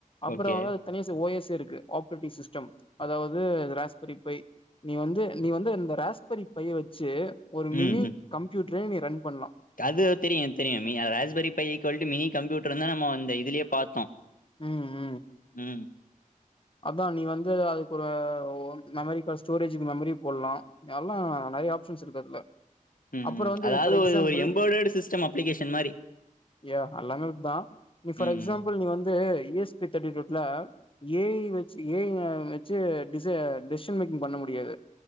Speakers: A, on the left; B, on the left.
A: அப்புறோம்
B: ஓகே
A: தனியா ஓ எஸ்ஸு இருக்கு ஆப்ரேட்டிங் சிஸ்டம் அதாவது பை நீ வந்து நீ வந்து இந்த ரஸ்பெரி பைய வெச்சு ஒரு மினி
B: ம் ம்
A: கம்ப்யூட்டரே நீ ரன் பண்லாம்
B: அது தெரியும் தெரியும் ராஸ்பெரி பையை ஈகொல்ட்டு மினி கம்ப்யூட்டர்னு நம்ப அந்த இதுலயே பாத்தோம்
A: ம்
B: ம்
A: அதான் நீ வந்து அதுக்கு ஒரு மெமரி கார்ட ஸ்டோரேஜ்க்கு மெமரி போடலாம் எல்லா நெறய ஆப்ஷன்ஸ் இருக்கு அதுல
B: ம்
A: அப்புறோ
B: ம்
A: வந்து
B: அதாவது
A: ஃபார் எக்ஸாம்பிள்
B: ஒரு ஒரு எம்பேர்ட்டேடு சிஸ்டம் அப்ளிகேஷன் மாரி
A: யா அல்லாம ‌அப்பிட்தா நீ ஃபார்
B: ம்
A: எக்ஸாம்பிள்
B: ம்
A: வந்து இ எஸ பி தேர்டி டூவ்ல ஏ ஐ வெச்சு ஏய் வெச்சி டிஷசூ டிசிஷன் மேக்கிங் பண்ண முடியாது